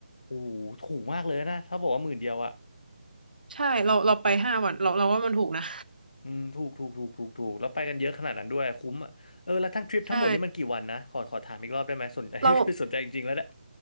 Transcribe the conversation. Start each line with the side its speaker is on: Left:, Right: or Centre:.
Left: อ้โหถูกมากเลยนะถ้าบอกว่าหมื่นเดียวอะ
Right: ๆใช่เราเราไปห้าวันเราเราว่ามันถูกนะ
Left: อืมถูกถูกถูกถูกถูกแล้วไปกันเยอะขนาดนั้นด้วยคุ้มอะเออ แล้วทั้งทริปทั้งหมดนี่มันกี่วันนะ
Right: <laughs> ใช่
Left: ขอขอถามอีกรอบได้ไหม สนใจ
Right: เรา
Left: <laughs> คือ <laughs> สนใจจริงๆแล้วแหละ